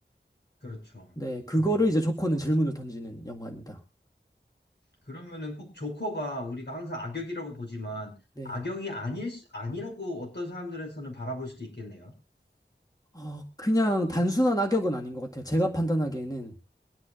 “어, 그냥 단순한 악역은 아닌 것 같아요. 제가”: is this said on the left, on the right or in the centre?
Left